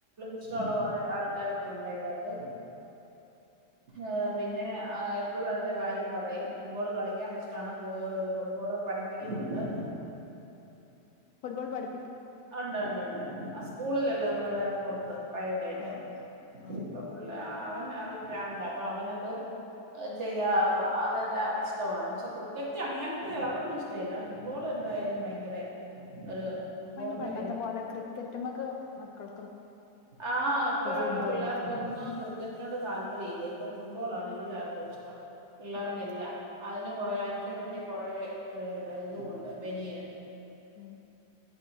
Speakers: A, on the right (about 45°); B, on the left (about 70°).
A: ഇഷ്ട്ടോള്ള കൊറെ ആൾക്കാരൊക്കെ ഉണ്ട് അയിന്റെകത്ത് ഏ പിന്നെ ആ എപ്പഴും അതിന്റെ കാര്യം പറയും ഫുട്ബോള് കളിക്കാൻ ഇഷ്ട്ടാണ്. ഫു ഫുട്ബോള് പഠിപ്പിക്കുന്നുണ്ട്.
B: ഫുട്ബോൾ പഠി
A: ഉണ്ട് ഉണ്ട് ഉണ്ട് ആ സ്കൂളിലല്ല നമ്മള് വേറെ പൊറത്ത് പ്രൈവറ്റ് ആയിട്ട്
B: ആഹ് ആഹ്
A: ഇപ്പ ഫുള്ള് അവൻ അത് ഭ്രാന്ത അപ്പൊ അവനത് ചെയ്യാ അതെല്ലാം ഇഷ്ടമാണ് പക്ഷെ ക്രിക്കറ്റ് അങ്ങനത്തെ അതൊന്നും ഇഷ് <unintelligible> ഫുട്ബോൾ എന്തായാലും ഭയങ്കര ഒരു ഫുട്ബോളിന്റെ
B: ഇപൈന് പണ്ടത്തെ പോലെ ക്രിക്കറ്റ്മ്മക്ക് മക്കൾ
A: ആഹ് ഇപ്പഴ്ള്ള
B: ഫുട്ബോൾക്കാ
A: പിള്ളേർക്കൊന്നും ക്രിക്കറ്റിനോട് താല്പര്യം ഇല്ല ഇപ്പൊ ഫുട്ബോൾ ആണ് എല്ലാർക്കും ഇഷ്ടം പിള്ളേർക്കെല്ലാം
B: ഉം
A: അതിന് കൊറേ അതിന് പറ്റിയ കൊറേ ഏ അതായത് ബനിയന്
B: ഉം